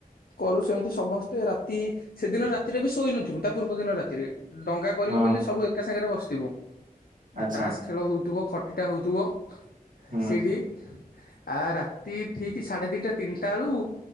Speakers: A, on the left; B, on the right.
A: କରୁଛନ୍ତି ସମସ୍ତେ ରାତି ସେଦିନ ରାତିରେ ବି ଶୋଇନଥିବୁ ତା ପୂର୍ବ ଦିନ ରାତିରେ ଡଙ୍ଗା କରିବୁ
B: ହଁ
A: ବୋଲି ସବୁ ଏକା ସାଙ୍ଗରେ ବସି ଯିବ
B: ଆଚ୍ଛା
A: ତାସ ଖେଳ ହଉଥିବ ଖଟ ଏ ଟା ହଉଥିବ।
B: ହୁଁ
A: ସେଇଡ଼ି। ଆ ରାତି ଠିକ ସାଢେ ଦିଟା ତିନିଟା ବେଳୁ